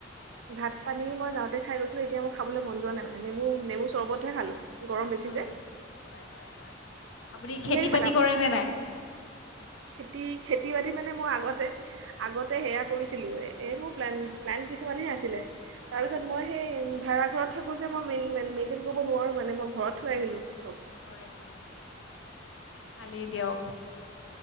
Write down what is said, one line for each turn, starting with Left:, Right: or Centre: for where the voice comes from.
Right: ভাত পানী মই যাওঁতে খাই গৈছিলো এতিয়া মই খাবলৈ মন যোৱাাইানে নেমু নেমু চৰবতহে খালোঁ গৰম বেছি
Left: অ
Right: যে
Left: হয় হয় হয় আপুনি
Right: কিহেদি
Left: খেতি
Right: খালে
Left: বাতি
Right: আপোনালোকে
Left: কৰেনে নাই
Right: খেতি খেতি বাতি মানে মই আগতে আগতে সেয়া কৰিছিলোঁ এই মোৰ প্লেন প্লেন কিছুমানহে আছিলে তাৰপিছত
Left: হয়
Right: মই সেই ভাড়া ঘৰত থাকোঁ যে মই মেইন মেইনটেইন কৰিব নোৱাৰোঁ মানে মই ঘৰত থ আহিলোঁ চব
Left: হয় হয় ভালেই দিয়ক